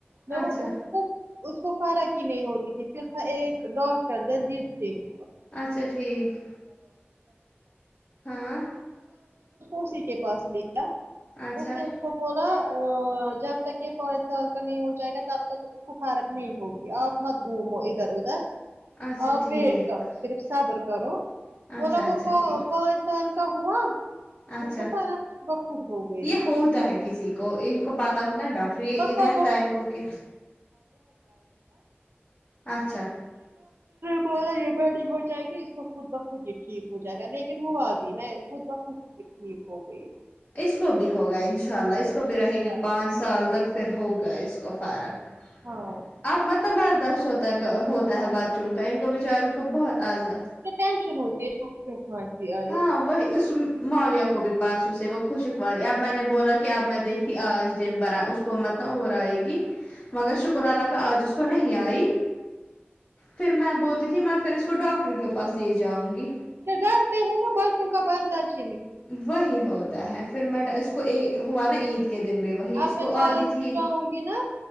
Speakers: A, on the right; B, on the left.
A: وہ
B: اچھا
A: وہ اس کو فرق کی نہیں ہوتی تھی پھر تھا ایک ڈاکٹر دلجیت سنگھ
B: اچھا ٹھیک ہاں
A: <unintelligible> اسی کے پاس لیا
B: اچھا
A: اس نے کو بولا جب تک یہ پانچ سال کا نہیں ہو جائے گا تب تک اس کو فارغ نہیں ہوگی اپ مت گوم ادھر ادھر
B: اچھا
A: ا
B: ٹھیک
A: بیٹ کرو صرف صبر کرو مطلب
B: اچھا اچھا
A: وہ
B: ٹھیک
A: پانچ سال کا ہوا
B: اچھا
A: اس کو پاراک خود بخود ہو گئی
B: یہ ہوتا ہے کسی کو ان کو پاتا ہونا ڈاکٹر یہ
A: <unintelligible>
B: رہتا
A: تو نے
B: ہے ان کو کہ اچھا
A: بولایہ بڑی ہو جائے گی اس کو خود بخود یہ ٹھیک ہو جائے گا یقین ہوا بھی میں خود بخود یہ ٹھیک ہو گئی
B: اس کو بھی ہوگا ان شاء اللہ اس کو بھی رہے
A: انشاءاللہ
B: گی پانچ سال تک پھر ہوگا اس کو فارق
A: ہاں
B: آپ متلب بارداشت ہوتا ہے ہوتا ہے بات چونکا ان کو بچاروں کا بہت آضا
A: ٹنشن ہوتی <unintelligible>
B: ہاں وہ اس معاویا کو بھی پرارسو سے وہ خوشکواری اب میں نے بولا کہ اب میں دیکھتی آج دن بھرا اس کو مطب نہ اور آئے گی مگر شکر اللہ کا آج اس کو نہیں آئی پھر میں بولتی تھی میں پھر اس تو ڈاکٹر کے پاس لے جاؤں گی
A: ڈانتے ہیں نا بچوں کا پارداشت
B: وہی ہوتا ہے پھر میں اس کو اک ہوا نا عید کے دن بھی وہی اس
A: اب میں
B: کو
A: لال
B: آتی
A: چوک
B: تھی
A: جاؤں گی نا